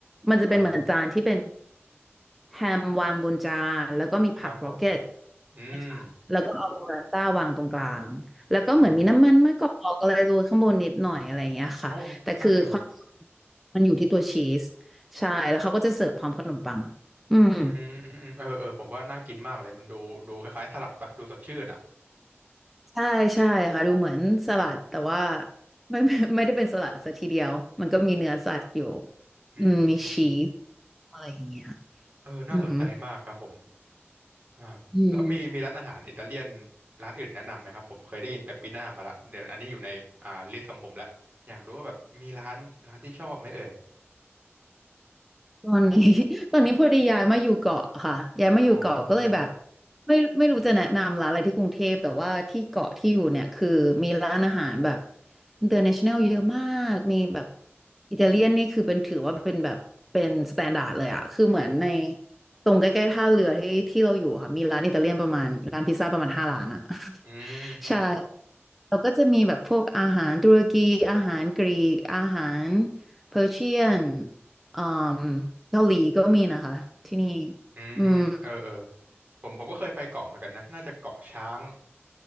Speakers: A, in the centre; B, on the right.
A: มันจะเป็นเหมือนจานที่เป็น
B: อ่า
A: แฮมวางบนจานแล้วก็มีผักโรเกต
B: ครับผมอืม
A: นะคะแล้วก็เอาโรลต้าวางตรงกลาง แล้วก็เหมือนมีน้ำมันมะกอกอะไรโรยข้างบนนิดหน่อยอะไรอย่างเงี้ยค่ะ
B: อ่าโอ้น่ากิน
A: แต่คือความมันอยู่ที่ตัวชีสใช่ แล้วเขาก็จะเสิร์ฟพร้อมขนมปังอืม
B: อืมอืมอืมเออเออผมว่าน่ากินมากเลยมันดูดูคล้ายๆสลัดปะดูสดชื่นอ่ะ
A: ใช่ใช่ค่ะดูเหมือนสลัดแต่ว่าไม่ <laughs> ไม่ไม่ได้เป็นสลัดซะทีเดียวมันก็มีเนื้อสัตว์อยู่
B: อืม
A: อืมมีชีสอะไรอย่างเงี้ย
B: เออน่าสนใจมากครับผม
A: อือหือ
B: อ่าแล้วมีมีร้านอาหารอิตาเลียน
A: อืม
B: ร้านอื่นแนะนำไหมครับผมเคยได้ยินเปปปิน่ามาละเดี๋ยวอันนี้อยู่ในอ่าลิสต์ของผมละอยากรู้ว่าแบบมีร้านร้านที่ชอบไหมเอ่ย
A: ตอนนี้ <laughs> ตอนนี้พอดีย้ายมาอยู่เกาะค่ะย้ายมาอยู่เกาะก็เลยแบบ
B: อ๋อ
A: ไม่ไม่รู้จะแนะนำร้านอะไรที่กรุงเทพแต่ว่าที่เกาะที่อยู่เนี่ยคือมีร้านอาหารแบบ international เยอะมากมีแบบอิตาเลียนนี่คือเป็นถือว่าเป็นแบบเป็นสแตนดาร์ดเลยอะคือเหมือนในตรงใกล้ๆท่าเรือที่ที่เราอยู่อะค่ะมีร้านอิตาเลียนประมาณร้านพิซซ่าประมาณห้าร้านอะ
B: อืมอืมอืม
A: ใช่เราก็จะมีแบบพวกอาหารตุรกีอาหารกรีกอาหารเพอร์เชียนอืมเกาหลีก็มีนะคะที่นี่
B: อืมเออเออ
A: อืม
B: ผมผมก็เคยไปเกาะเหมือนกันนะน่าจะเกาะช้าง